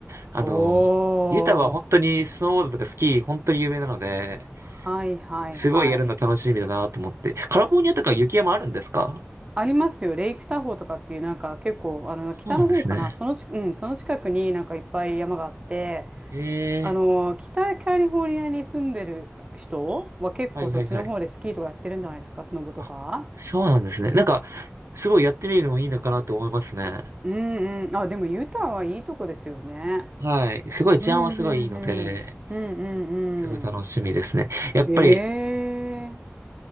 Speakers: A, on the right; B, on the right.
A: あの、
B: おー。
A: ユタは本当にスノーボードとかスキー、本当に有名なので、
B: はいはいはい。
A: すごいやるの楽しみだなと思って。カリフォルニアとか雪山あるんですか
B: ありますよ。レイクタホーとかっていう、なんか結構、あの、
A: そうなんですね。
B: 北の方かな。そのち、うん、その近くになんかいっぱい山があって、
A: ええ
B: あの、北カリフォルニアに住んでる人は結構そっちの方でスキーとかやってるんじゃないですか、
A: はいはいはい。
B: スノボとか。
A: あ、そうなんですね。なんか、すごいやってみるのもいいのかなと思いますね。
B: うんうん。あ、でもユタはいいとこですよね。
A: はい。すごい治安はすごいいいので、
B: うんうんうん。うんうんうん。
A: すごい楽しみですね。やっぱり、
B: へえ。